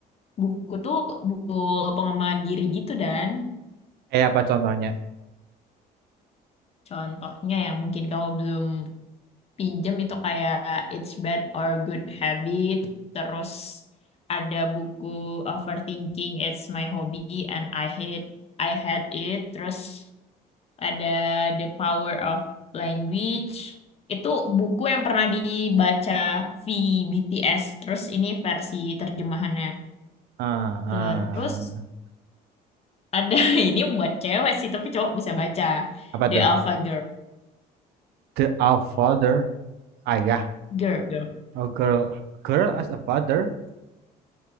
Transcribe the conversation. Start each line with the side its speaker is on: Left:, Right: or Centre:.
Left: buku tuh buku pengembangan diri gitu Dan.
Right: Eh apa contohnya?
Left: Contohnya yang mungkin kamu belum pinjem itu kayak It's Bad or Good Habit terus ada buku Overthinking It's My Hobby and I Hate I Hate It terus ada The Power of Language itu buku yang pernah dibaca V B T s terus ini versi terjemahannya
Right: Ah, ah,
Left: terus
Right: ah.
Left: ada <laughs> ini buat cewek sih tapi cowok bisa baca
Right: apa
Left: The
Right: tuh?
Left: Alpha Girl
Right: The a father, ayah.
Left: Girl Girl
Right: Oh, girl, girl as a father.